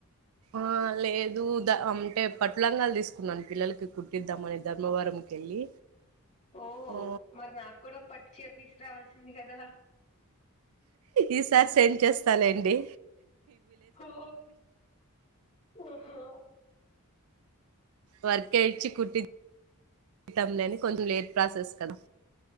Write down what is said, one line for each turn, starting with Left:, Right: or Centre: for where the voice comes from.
Right: ఆ లేదు ద అంటే పట్టు లంగాలు తీసుకున్నాను. పిల్లలకి కుట్టిద్దామని ధర్మవరంకి వెళ్ళి
Left: ఓహో
Right: ఆ
Left: మరి నాకు కూడా పట్టు చీర తీసురావాల ఉంది కదా.
Right: ఈసారి సెండ్ చేస్తాలెండి.
Left: ఓ ఓహో
Right: వర్క్ ఏ ఇచి కుట్టి జీతం లేని కొంచెం లేట్ ప్రాసెస్ కదా.